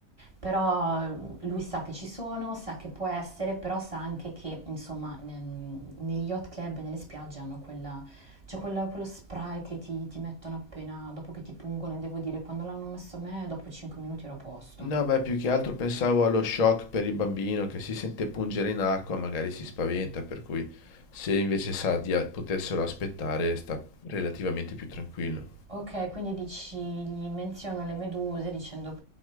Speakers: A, on the right (about 25°); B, on the left (about 75°).
A: Però, mhmm, lui sa che ci sono, sa che può essere, però sa anche che, insomma, ehm, negli yacht club e nelle spiagge hanno quella c'è quella quello spray che ti ti mettono appena dopo che ti pungono e devo dire, quando l'hanno messo a me dopo 5 minuti ero a posto.
B: No, beh, più che altro pensavo allo shock per il bambino che si sente pungere in acqua, magari si spaventa, per cui se invece sa di a- poterselo aspettare, sta relativamente più tranquillo.
A: Okay, quindi dici gli menziono le meduse dicendo